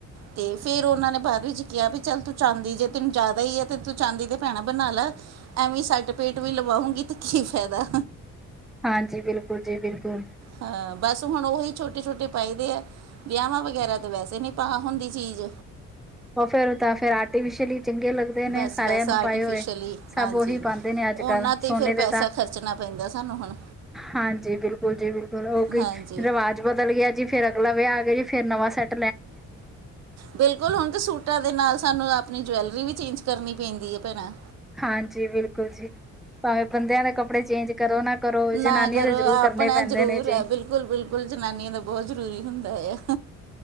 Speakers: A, on the right (about 60°); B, in the centre.
A: ਤੇ ਫਿਰ ਉਹਨਾਂ ਨੇ ਬਾਅਦ ਵਿੱਚ ਕਿਹਾ, ਵੀ ਚੱਲ ਤੂੰ ਚਾਂਦੀ ਜੇ, ਤੈਨੂੰ ਜ਼ਿਆਦਾ ਹੀ ਹੈ, ਤੇ ਤੂੰ ਚਾਂਦੀ ਦੇ ਭੈਣਾਂ ਬਣਾ ਲੈ। ਐਵੇਂ ਸੈਟਪੇਟ ਵੀ ਲਵਾਉਂਗੀ ਤੇ ਕੀ ਫਾਇਦਾ।
B: ਹਾਂਜੀ ਬਿਲਕੁਲ ਜੀ ਬਿਲਕੁਲ।
A: ਹਾਂ ਬਸ, ਹੁਣ ਉਹੀ ਛੋਟੇ-ਛੋਟੇ ਪਾਈ ਦੇ ਐ। ਵਿਆਹਾਂ ਵਗੈਰਾ ਤੇ, ਵੈਸੇ ਨਹੀਂ ਪਾ ਹੁੰਦੀ ਚੀਜ਼।
B: ਉਹ ਫਿਰ ਤਾਂ, ਫਿਰ ਆਰਟੀਫਿਸ਼ਅਲ ਹੀ ਚੰਗੇ ਲੱਗਦੇ। ਦੇ ਨੇ
A: ਬਸ
B: ਸਾਰਿਆਂ
A: ਬਸ
B: ਨੂੰ
A: ਆਰਟੀਫਿਸ਼ਲੀ
B: ਪਾਏ ਹੋਏ, ਸਭ
A: ਹਾਂਜੀ
B: ਉਹੀ ਪਾਉਂਦੇ ਨੇ ਅੱਜ-ਕੱਲ੍ਹ
A: ਉਹਨਾਂ ਤੇ
B: ਸੋਨੇ
A: ਫਿਰ
B: ਦੇ
A: ਪੈਸਾ
B: ਤਾਂ,
A: ਖਰਚਣਾ ਪੈਂਦਾ ਸਾਨੂੰ ਹੁਣ
B: ਹਾਂਜੀ ਬਿਲਕੁਲ ਜੀ, ਬਿਲਕੁਲ ਹੋਊ ਕੋਈ
A: ਹਾਂਜੀ
B: ਰਿਵਾਜ਼। ਬਦਲ ਗਿਆ ਜੀ ਫ਼ੇਰ ਅਗਲਾ ਵਿਆਹ ਆ ਗਿਆ ਜੀ, ਫੇਰ ਨਵਾਂ ਸੈਟ
A: ਬਿਲਕੁਲ ਹੁਣ ਤਾਂ ਸੂਟਾਂ ਦੇ ਨਾਲ ਸਾਨੂੰ ਆਪਣੀ ਜਵੈਲਰੀ ਵੀ ਚੇਂਜ, ਕਰਨੀ ਪੈਂਦੀ ਏ ਭੈਣਾਂ,
B: ਹਾਂਜੀ, ਬਿਲਕੁਲ ਜੀ। ਭਾਵੇਂ ਬੰਦਿਆਂ ਦੇ ਕੱਪੜੇ ਚੇਂਜ ਕਰੋ ਨਾ ਕਰੋ,
A: ਨਾ
B: ਜਨਾਨੀਆਂ
A: ਕਰੋ
B: ਦੇ ਜ਼ਰੂਰ
A: ਆਪਣਾ
B: ਕਰਨੇ ਪੈਂਦੇ
A: ਜ਼ਰੂਰ
B: ਨੇ ਜੀ।
A: ਹੈ ਬਿਲਕੁਲ, ਬਿਲਕੁਲ ਜਨਾਨੀਆਂ ਦਾ ਬਹੁਤ ਜ਼ਰੂਰੀ ਹੁੰਦਾ ਐ।